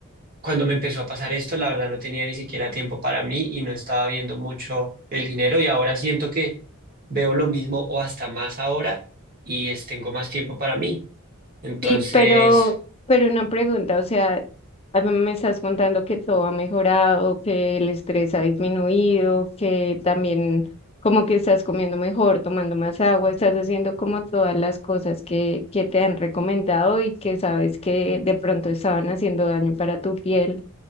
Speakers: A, on the right; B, on the left.
A: cuando me empezó a pasar esto, la verdad no tenía ni siquiera tiempo para mí y no estaba viendo mucho el dinero y ahora siento que veo lo mismo o hasta más ahora y es- tengo más tiempo para mí. Entonces,
B: Y pero, pero una pregunta, o sea, a mí me estás contando que todo ha mejorado, que el estrés ha disminuido, que también como que estás comiendo mejor, tomando más agua, estás haciendo como todas las cosas que, que te han recomendado y que sabes que de pronto estaban haciendo daño para tu piel.